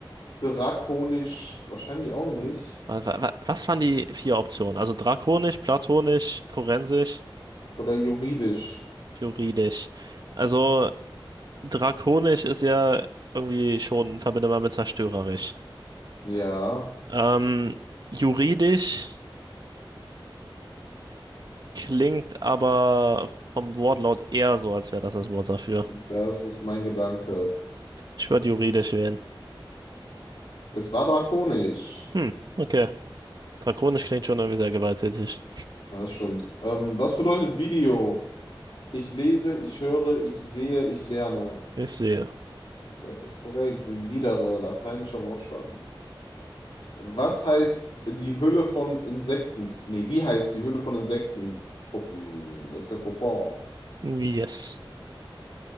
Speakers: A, on the left (about 75°); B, on the right (about 50°).
A: drakonisch wahrscheinlich auch nicht.
B: Wa- wa- wa- Was waren die vier Optionen? Also drakonisch, platonisch, forensisch,
A: Oder juridisch.
B: juridisch. Also drakonisch ist ja irgendwie schon verbindbar mit zerstörerisch.
A: Ja,
B: Ähm, juridisch Klingt aber vom Wortlaut eher so, als wäre das das Wort dafür.
A: das ist mein Gedanke.
B: Ich würde juridisch wählen.
A: Es war drakonisch.
B: Hm, okay. Drakonisch klingt schon irgendwie sehr gewalttätig.
A: Ja, Das stimmt. Ähm, was bedeutet Video? Ich lese, ich höre, ich sehe, ich lerne.
B: Ich sehe.
A: Das ist korrekt. Widere, lateinischer Wortstamm. Was heißt die Hülle von Insekten? Nee, wie heißt die Hülle von Insektenpuppen? Das ist der Kokon.
B: Yes.